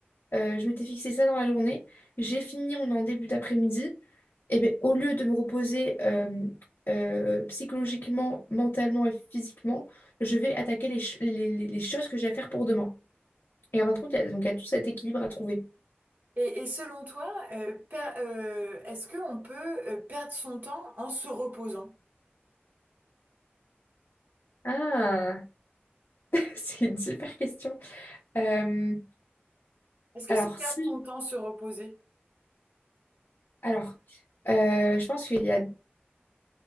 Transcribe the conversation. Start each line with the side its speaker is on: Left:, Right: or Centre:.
Left: euh, je m'étais fixé ça dans la journée, j'ai fini, on est en début d'après-midi. Et bien, au lieu de me reposer euh, euh, psychologiquement, mentalement et physiquement, je vais attaquer les, ch- les, les- les choses que j'ai à faire pour demain. Et en fin de compte, il y a- donc il y a tout cet équilibre à trouver.
Right: Et, et selon toi, euh, per- euh, est-ce qu'on peut euh, perdre son temps en se reposant?
Left: Ah, <laughs> C'est une super question. Euh,
Right: Est-ce que
Left: alors,
Right: c'est perdre
Left: si,
Right: ton temps se reposer?
Left: alors, euh, je pense qu'il y a,